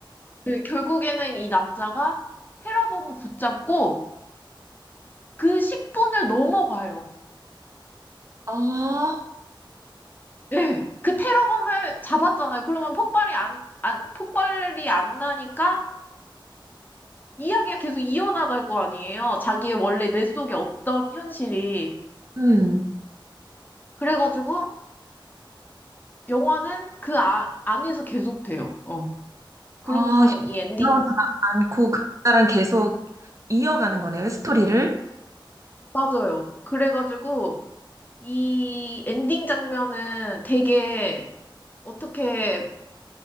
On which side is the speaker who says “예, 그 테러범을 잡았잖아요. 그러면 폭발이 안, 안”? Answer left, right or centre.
Left